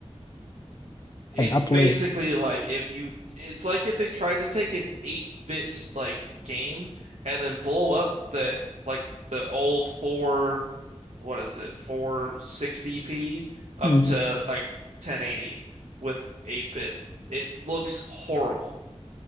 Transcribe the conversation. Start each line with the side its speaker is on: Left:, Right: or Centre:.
Right: It's
Left: Hey, I play
Right: basically
Left: it.
Right: like if you, it's like if they tried to take an 8-bit like game and then blow up the like the old 4, what is it, 460p up
Left: Mm-hmm.
Right: to like 1080 with 8-bit. It looks horrible.